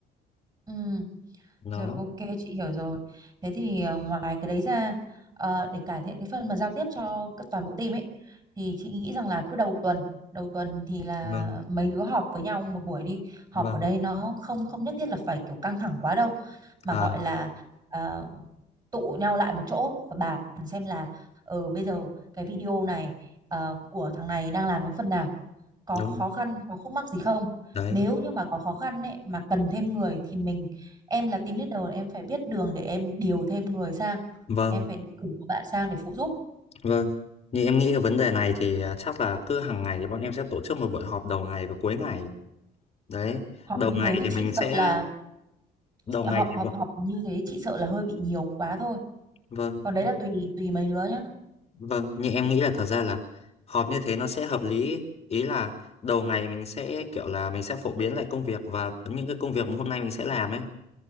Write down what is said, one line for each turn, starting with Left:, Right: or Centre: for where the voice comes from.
Right: ừ.
Left: Nó
Right: Rồi ok chị hiểu rồi. Thế thì ờ, ngoài cái đấy ra ờ, để cải thiện cái phần mà giao tiếp cho các toàn bộ team ấy thì chị nghĩ rằng là cứ đầu tuần, đầu tuần thì là
Left: vâng,
Right: mấy đứa họp với nhau một buổi đi. Họp
Left: vâng.
Right: ở đây nó không không nhất thiết là phải kiểu căng thẳng quá đâu mà
Left: À,
Right: gọi là ờ, tụ nhau lại một chỗ và bàn xem là ờ bây giờ cái video này ờ, của thằng này đang làm đến phần nào có
Left: đúng.
Right: khó khăn có khúc mắc gì không
Left: Đấy.
Right: nếu như mà có khó khăn ấy mà cần thêm người thì mình em là team leader em phải biết đường để em điều thêm người sang
Left: Vâng,
Right: em phải cử một bạn sang để phụ giúp
Left: vâng. Như em nghĩ cái vấn đề này thì à, chắc là cứ hàng ngày thì bọn em sẽ tổ chức một buổi họp đầu ngày và cuối ngày. Đấy
Right: họp
Left: đầu
Right: như
Left: ngày
Right: thế thì
Left: thì
Right: chị
Left: mình sẽ
Right: sợ là
Left: đầu
Right: chị-
Left: ngày
Right: họp
Left: thì
Right: họp
Left: vâng
Right: họp như thế chị sợ là hơi bị nhiều quá thôi
Left: vâng
Right: còn đấy là tùy tùy mấy đứa nhá
Left: vâng nhưng em nghĩ là thật ra là họp như thế nó sẽ hợp lý ý là đầu ngày mình sẽ kiểu là mình sẽ phổ biến lại công việc và những cái công việc mà hôm nay mình sẽ làm ấy